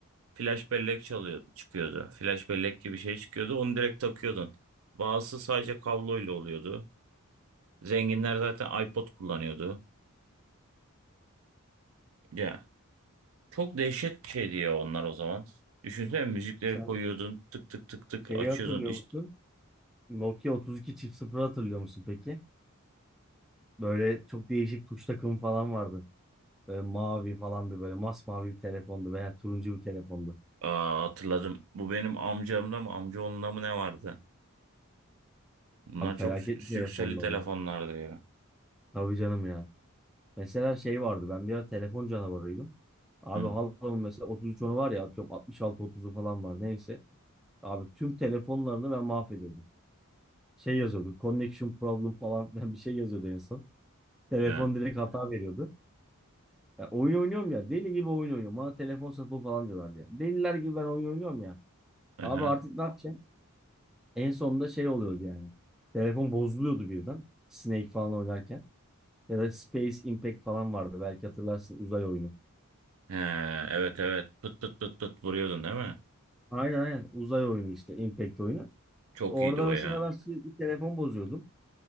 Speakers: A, on the right; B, in the centre.
A: flash bellek çalıyor, çıkıyordu. Flash bellek gibi şey çıkıyordu. Onu direkt takıyordun. Bazısı sadece kabloyla oluyordu. Zenginler zaten iPod kullanıyordu. Ya çok dehşet bir şeydi ya onlar o zaman. Düşünsene müzikleri
B: Sen
A: koyuyordun, tık tık tık tık
B: şeyi
A: açıyordun.
B: hatırlıyor
A: İşte,
B: musun? Nokia 32 çift sıfır hatırlıyor musun peki? Böyle çok değişik tuş takımı falan vardı. Böyle mavi falandı böyle masmavi bir telefondu veya turuncu bir telefondu.
A: Aa, hatırladım. Bu benim amcamda mı, amcaoğlunda mı ne vardı? Bunlar
B: Abi felaket
A: çok sü- sükseli
B: bir telefondu
A: telefonlardı
B: o da.
A: ya.
B: Tabii canım ya. Mesela şey vardı ben bir ara telefon canavarıydım. Abi
A: Hı.
B: halamın mesela 33 onu var ya atıyorum altmış altı otuzu falan var neyse. Abi tüm telefonlarını ben mahvediyordum. Şey yazıyordu connection problem falan filan bir şey yazıyordu en son. Telefon
A: He.
B: direkt hata veriyordu. Ya oyun oynuyorum ya deli gibi oyun oynuyorum. Bana telefon sapı falan diyorlar ya. Deliler gibi ben oyun oynuyorum ya.
A: Hı.
B: Abi
A: hı.
B: artık ne yapacağım? En sonunda şey oluyordu yani. Telefon bozuluyordu birden. Snake falan oynarken. Ya da Space Impact falan vardı. Belki hatırlarsın uzay oyunu.
A: He, evet evet pıt pıt pıt pıt vuruyordun değil mi?
B: Aynen aynen uzay oyunu işte Impact oyunu.
A: Çok
B: Orada
A: iyiydi o
B: mesela
A: ya.
B: ben sürekli telefon bozuyordum.